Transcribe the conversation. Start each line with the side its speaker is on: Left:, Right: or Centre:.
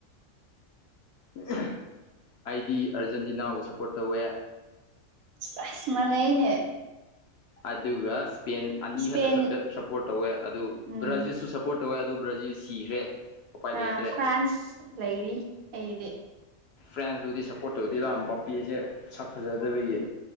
Left: <unintelligible> ꯑꯩꯗꯤ ꯑꯔꯖꯦꯟꯇꯤꯅꯥꯕꯨ ꯁꯞꯄꯣꯔꯠ ꯇꯧꯋꯦ
Right: ꯇꯥꯁ ꯃꯅꯅꯦ
Left: ꯑꯗꯨꯒ ꯏꯁꯄꯦꯟ ꯑꯅꯤ
Right: ꯏꯁꯄꯦꯟ
Left: ꯈꯛꯇ ꯁꯞꯄꯣꯔꯠ ꯇꯧꯋꯦ ꯑꯗꯨ
Right: ꯎꯝ
Left: ꯕ꯭ꯔꯥꯖꯤꯜꯁꯨ ꯁꯞꯄꯣꯔꯠ ꯇꯧꯋꯦ ꯑꯗꯨ ꯕ꯭ꯔꯥꯖꯤꯜ ꯁꯤꯈ꯭ꯔꯦ ꯎꯄꯥꯏ ꯂꯩꯇ꯭ꯔꯦ
Right: ꯑ ꯐ꯭ꯔꯥꯟꯁ ꯂ ꯂꯩꯔꯤ ꯑꯩꯗꯤ
Left: ꯐ꯭ꯔꯦꯟꯁꯄꯨꯗꯤ ꯁꯞꯄꯣꯔꯠ ꯇꯧꯗꯦꯗꯥ ꯕꯥꯞꯄꯤꯁꯦ ꯁꯛ ꯐꯖꯗꯕꯒꯤ